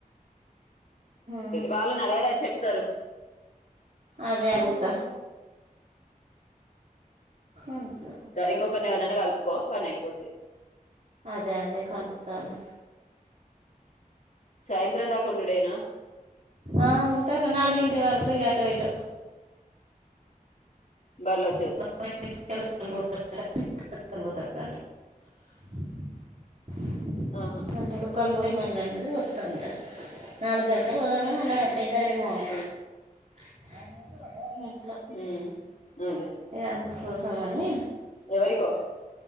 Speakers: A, on the right; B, on the left.
A: ఉమ్
B: వాళ్ళని అడగరాదు చెప్తారు
A: అదే అడుగుతా అంతే.
B: సరే ఇంకోకరిని ఎవరినయినా కలుపుకో పని అయిపోది
A: అదే అదే కలిపుతాలే
B: సాయంత్రం దాక ఉండుడేనా
A: ఆ ఉంటారు నాలుగింటి వరకు ఇగ అటో ఇటో
B: బర్ల
A: <unintelligible>
B: ఆ
A: <unintelligible> నాలుగు గంటలకు పోదామని అన్నడు గంట ఇంకా రెడీ మమ్మయ్య
B: ఆ
A: హ
B: ఉమ్ అదే
A: అందుకోసమని
B: ఎవరికో